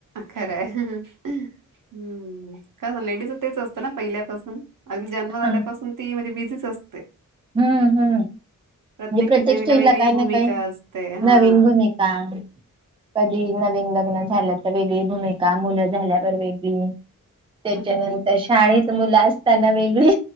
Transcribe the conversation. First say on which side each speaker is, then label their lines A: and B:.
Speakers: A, on the right (about 75°); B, on the right (about 15°).
A: खरं आहे हम्म. काय लेडीज तेच असतं ना पहिल्यापासून. अगदी जन्म झाल्यापासून
B: हा.
A: ती म्हणजे ब तीच.
B: हम्म हम्म म्हणजे
A: प्रत्येक
B: प्रत्यक्
A: ठिकाणी
B: स्टेज
A: तिला वेगळी
B: ला काही
A: भूमिका
B: ना काही
A: असते हा.
B: नवीन भूमिका कधी... नवीन लग्न झाल्या तर वेगळी भूमिका मुलं झाल्यावर वेगळी. त्याच्यानंतर
A: हम्म.
B: शाळेत मुलं असताना वेगळी.